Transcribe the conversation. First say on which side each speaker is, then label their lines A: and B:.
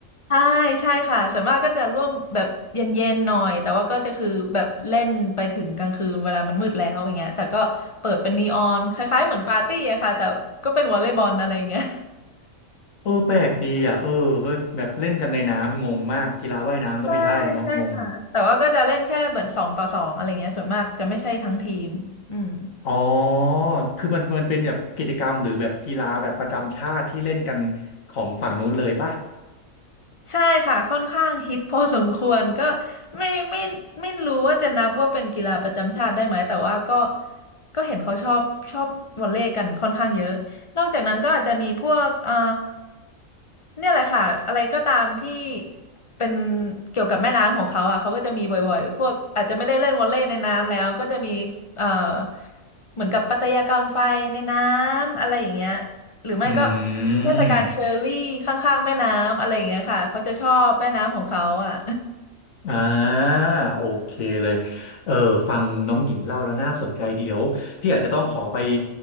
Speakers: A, on the left (about 30°); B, on the left (about 80°).
A: ใช่ใช่ค่ะส่วนมากก็จะร่วมแบบเย็นๆหน่อยแต่ว่าก็จะคือแบบเล่นไปถึงกลางคืนเวลามันมืดแล้วอย่างเงี้ยแต่ก็เปิดเป็นนีออนคล้ายๆเหมือนปาร์ตี้อะค่ะแต่ก็เป็นวอลเลย์บอลอะไรอย่างเงี้ย
B: เออแปลกดีอ่ะเออเฮ้ยแบบเล่นกันในน้ำงงมากกีฬาว่ายน้ำก็ไม่ใช่เนาะงง
A: ใช่ใช่ค่ะแต่ว่าก็จะเล่นแค่เหมือนสองต่อสองอะไรเงี้ยส่วนมากจะไม่ใช่ทั้งทีมอืม
B: อ๋อคือมันมันเป็นแบบกิจกรรมหรือแบบกีฬาแบบประจำชาติที่เล่นกันของฝั่งนู้นเลยป่ะ
A: ใช่ค่ะค่อนข้างฮิตพอสมควรก็ไม่ไม่ไม่รู้ว่าจะนับว่าเป็นกีฬาประจำชาติได้ไหมแต่ว่าก็ก็เห็นเขาชอบชอบวอลเลย์กันค่อนข้างเยอะนอกจากนั้นก็อาจจะมีพวกเอ่อเนี่ยแหละค่ะอะไรก็ตามที่เป็นเกี่ยวกับแม่น้ำของเขาอ่ะเขาก็จะมีบ่อยๆพวกอาจจะไม่ได้เล่นวอลเลย์ในน้ำแล้วก็จะมีเอ่อเหมือนกับปัตยากรรมไฟในน้ำอะไรอย่างเงี้ย หรือไม่ก็มีเทศกาลเชอร์รี่ข้างๆแม่น้ำอะไรอย่างเงี้ยค่ะเขาจะชอบแม่น้ำของเขาอ่ะ
B: อืม อ่าโอเคเลยเออฟังน้องหญิงเล่าแล้วน่าสนใจดีเดี๋ยวพี่อาจจะต้องขอไป